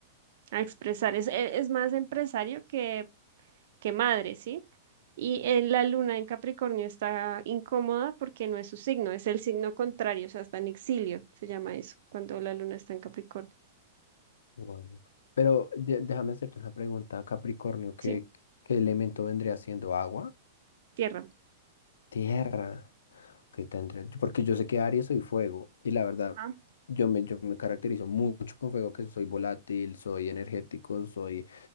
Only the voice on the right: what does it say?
a expresar. Es, e, es más empresario que, que madre, ¿sí? Y eh, la luna en Capricornio está incómoda porque no es su signo, es el signo contrario, o sea, está en exilio, se llama eso, cuando la luna está en Capricornio.
Sí,
tierra.
Ajá.